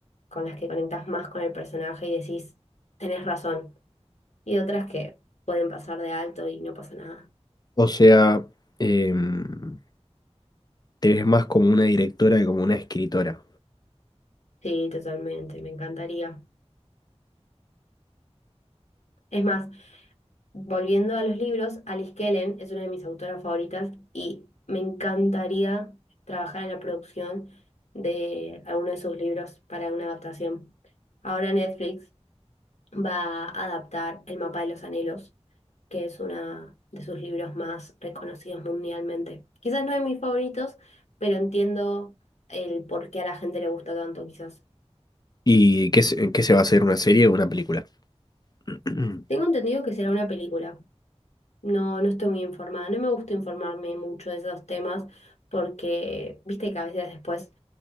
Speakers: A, on the left (about 75°); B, on the left (about 35°).
A: con las que conectás más con el personaje y decís, tenés razón. Y otras que pueden pasar de alto y no pasa nada.
B: O sea, em, te ves más como una directora que como una escritora.
A: Sí, totalmente, me encantaría. Es más, volviendo a los libros, Alice Kellen es una de mis autoras favoritas y me encantaría trabajar en la producción de alguno de sus libros para una adaptación. Ahora Netflix va a adaptar El mapa de los anhelos, que es uno de sus libros más reconocidos mundialmente. Quizás no de mis favoritos, pero entiendo el por qué a la gente le gusta tanto, quizás.
B: ¿Y qué, se- en qué se va a hacer una serie o una película? <clears throat>
A: Tengo entendido que será una película. No, no estoy muy informada. No me gusta informarme mucho de esos temas porque, viste que a veces después